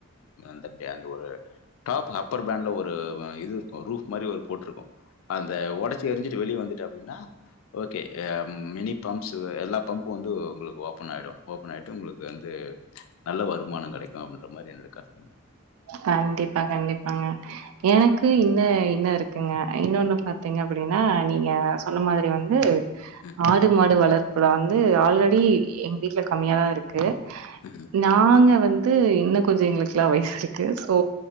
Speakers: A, on the left; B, on the right.
A: அந்த த ஒரு டாப் அப்பர் பேண்ட்ல ஒரு இது இருக்கும் ரூப் மாரி ஒரு போட்ருக்கும் அந்த ஒடச்சி எரிஞ்சிட்டு வெளிய வந்துட்டு அப்டின்னா ஓகே அ மினி பம்ப் ஸ் எல்லா பம்பும் வந்து உங்களுக்கு ஓபன் ஆயிடும் ஓபன் ஆயிட்டு உங்களுக்கு வந்து நல்ல வருமானம் கெடைக்கும் அப்டின்ற மாரி என்னட கருத்துங்க
B: கண்டிப்பா கண்டிப்பாங்க எனக்கு இன்ன இன்ன இருக்குங்க இன்னொன்னு பாத்தீங்க அப்டின்னா நீங்க சொன்ன மாரி வந்து
A: ம்,
B: ஆடு மாடு வளர் இப்பலா வந்து ஆல்ரெடி எங்க வீட்டுல கம்மியாாதான் இருக்கு
A: ம்.
B: நாங்க வந் து இன்னும் கொஞ்சம் எங்களுக்கெல்லாம் வயசுருக் க்ஸ் சோ